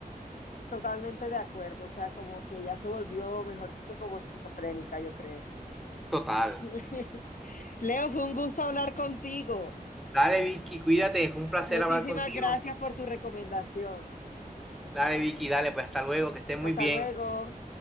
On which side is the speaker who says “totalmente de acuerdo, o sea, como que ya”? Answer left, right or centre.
Left